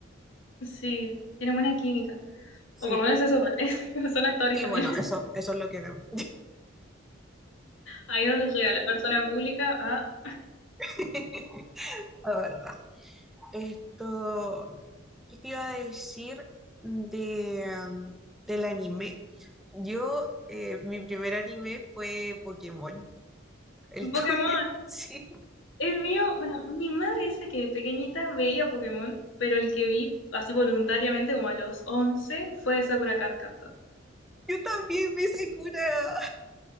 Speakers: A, on the left; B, in the centre.
A: Sí, tienen buena química.
B: Sí,
A: O por lo menos eso parece. <laughs> Son actores
B: sí,
A: también.
B: bueno, eso, eso es lo que vemos,
A: Ahí donde llega la persona pública a
B: <laughs> la verdad. Esto, ¿qué te iba a decir de, um, del anime? Yo, eh, mi primer anime fue Pokémon, el
A: Ujú,
B: <laughs> tuyo,
A: Pokémon.
B: sí.
A: El mío, bueno, mi madre dice que de pequeñita veía Pokémon, pero el que vi así voluntariamente como a los 11 fue Sakura Card Captor.
B: Yo también vi Sakura.